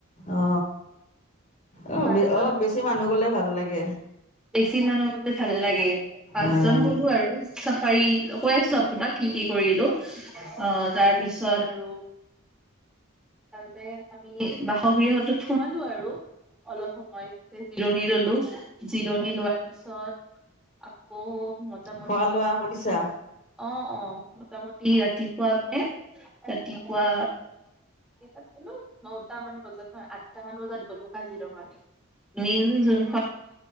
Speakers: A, on the left; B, in the centre.
A: অ। অ
B: পাঁচজন
A: অ বেছি মানুহ গ'লে। ভাল লাগে।
B: বেছি মানুহ। ভাল লাগে পাঁচজন
A: আহ
B: গলোঁ আৰু। চাফাৰী কৈ আছোঁ আপোনাক কি কি কৰিলোঁ আহ তাৰপিছত আৰু তাতে আমি বাসগৃহটো সোমালোঁ আৰু অলপ সময় জিৰণি ললোঁ। জিৰণি লোৱাৰ পিছত আকৌ। মোটামুটি
A: খোৱা লোৱা কৰিছা
B: অ অ মোটামুটি ৰাতিপুৱা মানে ৰাতিপুৱা এটাত গলোঁ ন তা মান বজাত ন আঠটা মান বজাত গলোঁ কাজিৰঙা মেইন যোনখন।